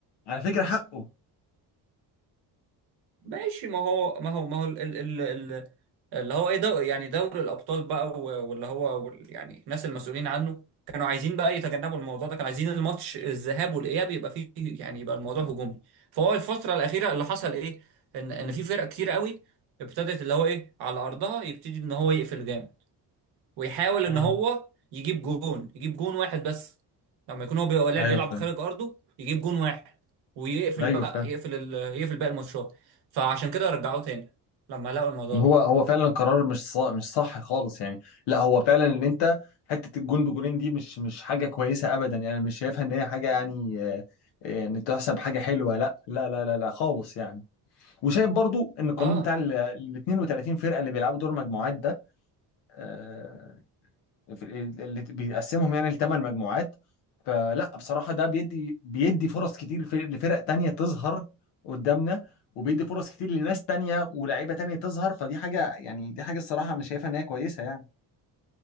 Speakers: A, on the left; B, on the right.
A: على فكره حقه
B: ماشي ما هو ما هو ما هو ال ال ال اللي هو ايه دو يعني دوري الابطال بقى و- واللي هو وال- يعني الناس المسؤولين عنه كانوا عايزين بقى يتجنبوا الموضوع ده كانوا عايزين الماتش الذهاب والاياب يبقى فيه يعني يبقى الموضوع هجومي فهو الفتره الاخيره اللي حصل ايه ان ان في فرق كتير قوي ابتدت اللي هو ايه على ارضها يبتدي ان هو يقفل جامد ويحاول
A: مم.
B: ان هو يجيب جون يجيب جون واحد بس لما يكون هو بيبقى لاعب
A: ايوه
B: بيلعب
A: فاهم
B: خارج ارضه يجيب جون واحد ويقفل
A: ايوه
B: بقى
A: فاهم
B: يقفل ال... يقفل باقي الماتشات فعشان كده رجعوه تاني لما لقوا الموضوع
A: هو
B: ده
A: هو فعلا قرار مش صح مش صح خالص يعني لا هو فعلا ان انت حته الجون بجونين دي مش مش حاجه كويسه ابدا يعني أنا مش شايفها ان هي حاجه يعني آه، يعني تحسب حاجه حلوه لا لا لا لا لا خالص يعني وشايف برضو ان القانون
B: اه
A: بتاع ال ال 32 فرقه اللي بيلعبوا دور مجموعات ده آه، في ال- اللي بيقسمهم يعني لثمان مجموعات فلا بصراحة ده بيدي بيدي فرص كتير في- لفرق تانية تظهر قدامنا وبيدي فرص كتير لناس تانية ولاعيبة تانية تظهر فدي حاجة يعني دي حاجة الصراحة أنا شايفها إن هي كويسة يعني